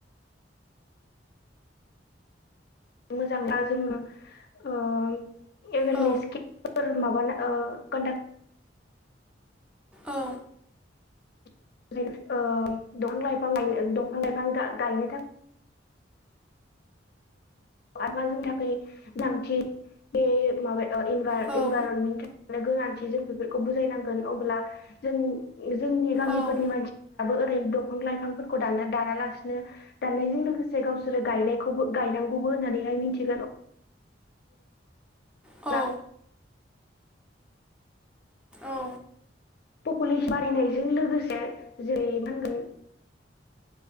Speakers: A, on the left; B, in the centre.
A: मोजां दा जोङो ओ <unintelligible>
B: औ
A: ओ कन्डाक्ट।
B: औ।
A: ओ दंफां लाइफां गा-गायनो थाखाय आंहा जोंनि थाखाय गोनांथि बे माबा इनभाइरनमेन्टनि
B: औ
A: थाखायनो गोनांथि जों बेफोरखौ बुजायनांगोन अब्ला जों जोंनि गामिफोरनि
B: औ
A: मानसिफ्राबो ओरैनो। दंफां लाइफांफोरखौ दाना दानालासिनो दनायजों लोगोसे गावसोरो गनायबो गनांगौ। खौबो होननानैहाय मिथिगोन। अब्ला
B: औ। औ।
A: पपुलेसन बारायनायजों लोगोसे जेरै मा होनगोन।